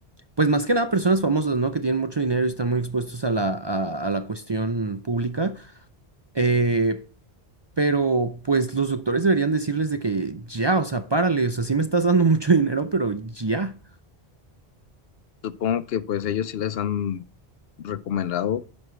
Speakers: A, on the right; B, on the left.
A: pues más que nada personas famosas, ¿no? Que tienen mucho dinero y están muy expuestos a la, a a la cuestión pública. Eh, pero pues los doctores deberían decirles de que ya, o sea, párale, o sea, sí me estás dando <laughs> mucho dinero, pero ya.
B: Supongo que pues ellos sí les han recomendado